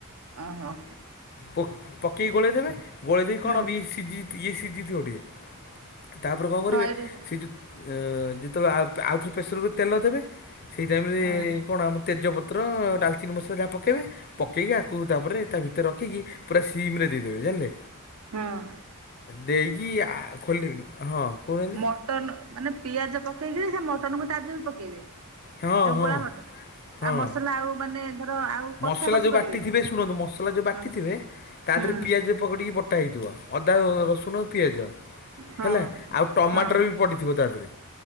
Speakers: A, on the right (about 75°); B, on the left (about 45°).
A: ଓହୋ।
B: ପ-ପକେଇ ଗୋଳେଇ ଦେବେ ଗୋଳେଇ ଦେଇକି
A: ହୁଁ
B: କଣ ବି-ସିଜି- ଇଏ ସିଝିଥିବ ଟିକେ ତାପରେ କଣ କରିବେ
A: ହଁ ଏଇଠି
B: ସେ ଯଉ ଉ- ଯେତେବେଳେ ଆଉଥରେ ପ୍ରେସର କୁକର ରେ ତେଲ ଦେବେ ସେଇ ଟାଇମ୍ ରେ
A: ହଁ
B: କଣ ଆମ ତେଜପତ୍ର ଡାଳଚିନି ମସଲା ଯାହା ପକେଇବେ ପକେଇକି ଆକୁ ତାପରେ ତା ଭିତରେ ରଖିକି ପୁରା ସିମ୍ ରେ ଦେଇଦେବେ ଜାଣିଲେ
A: ହଁ
B: ଦେଇକି ଆ- ଖୋଲି -ହଁ। କହୁନାହାନ୍ତି
A: ମଟନ୍ ମାନେ ପିଆଜ ପକେଇକିରି ସେ ମଟନ‌୍ କୁ ତା ଦେହରେ ପକେଇବେ?
B: ହଁ
A: ଯଉ
B: ହଁ
A: ଗୁଳା ମଟନ୍
B: ହଁ
A: ଆଉ ମସଲା ଆଉ ମାନେ ଧର ଆଉ କଷା
B: ମସଲା
A: କଷି
B: ଯଉ
A: କରିବେନି।
B: ବାଟିଥିବେ ଶୁଣନ୍ତୁ ମସଲା ଯଉ ବାଟିଥିବେ
A: ହଁ
B: ତା
A: ହଁ
B: ଦେହରେ ପିଆଜ ପକଡ଼ିକି ବଟା ହେଇଥିବ ଅଦା, ରସୁଣ ପିଆଜ
A: ହଁ
B: ହେଲା ଆଉ ଟମାଟର
A: ହଁ
B: ବି ପଡ଼ିଥିବ ତା ଥିରେ।